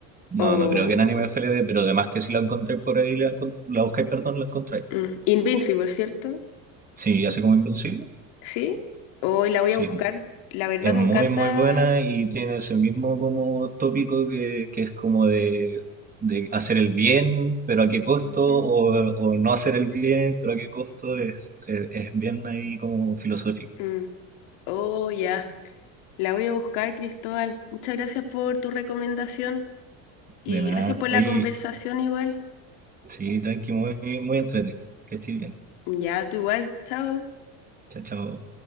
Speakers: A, on the right; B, on the left.
A: No,
B: o
A: no creo que en anime FLV, pero además que si la encontráis por ahí, la, encon- la buscáis, perdón, la encontráis.
B: mm, Invincible, ¿cierto?
A: Sí, así como Invencible.
B: Sí. Hoy la voy
A: Sí,
B: a buscar. La verdad
A: Es
B: me
A: muy,
B: encanta.
A: muy buena y tiene ese mismo como tópico que, que es como de, de hacer el bien, pero a qué costo,
B: Ujú,
A: o, o no hacer el bien, pero a qué costo, es, es, es bien ahí como filosófico.
B: mm. Oh, ya. La voy a buscar, Cristóbal. Muchas gracias por tu recomendación y
A: De nada.
B: gracias por
A: Oye,
B: la conversación igual.
A: sí, tranqui, muy, muy entrete. Que estés bien.
B: Ya, tú igual. Chao.
A: Chao, chao.